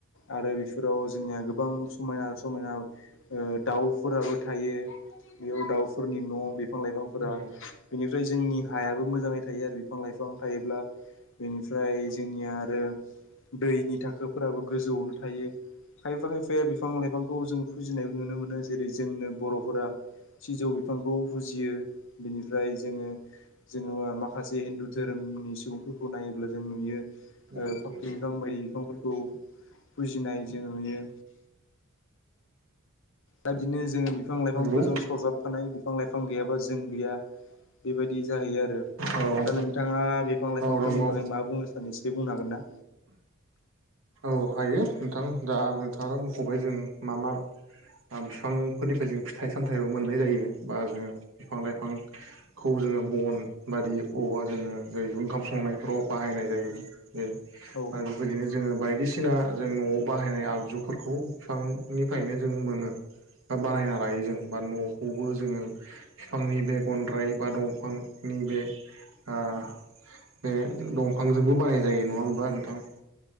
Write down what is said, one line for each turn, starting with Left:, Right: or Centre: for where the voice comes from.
Left: आरो बेफोराव जोंनिया। गोबां समायना समायना ओ दाउफोराबो थायो। बेयाव दाउफोरनि न' बिफां लाइफांफोरा
Right: नंगौ
Left: बिनिफ्राय जोंनि हायाबो मोजाङै थायो आरो बिफां लाइफां थायोब्ला बेनिफ्राय जोंनिया आरो दैनि थाखोफोराबो गोजौआवनो थायो खायफा खायफा फाया बिफां लाइफांखौ जों फुजिनायबो नुनो मोनो जेरै जोंनो बर'फोरा सिजौ बिफांखौ फुजियो बिनिफ्राय जोङो जोङो माखासे हिन्दु धोरोमनि सुबुंफोरखौ नायोब्ला जों नुयो ओ
Right: नंगौ
Left: फाख्रि
Right: नोंथां
Left: बिफां बायदि बिफांफोरखौ फुजिनाय जों नुयो। दा बिदिनो जों बिफां लाइफांफोरजों
Right: नंगौ
Left: सरजाबफानाय बिफां लाइफां गैयाबा जों गैया। बेबायदि जाहैयो आरो।
Right: औ
Left: दा नोंथाङा बिफां लाइफांफोरनि
Right: औ नंगौ
Left: बागै मा बुंनो सानो एसे बुंनो हागोन ना?
Right: औ हायो नोंथां दा नोंथाङा मख'बाय जों मा मा बिफांफोरनिफ्राय जों फिथाइ सामथाइबो मोननाय जायो बा जों बिफां लाइफां खौ जोङो बन बादि औवा जोङो दैजौ ओंखाम संनायफ्राव बाहायनाय जायो। यो
Left: औ
Right: आरो बेबायदिनो जोङो बायदि सिना जों न'आव बाहायनाय आगजुफोरखौ बिफांनिफ्रायनो जों मोनो। बा बानायना लायो जों बा न'खौबो जोङो बिफांनि बे गन्द्राय बा दंफांनि बे आ बे दंफांजोंबो बानाय जायो नङा होमबा नोंथां?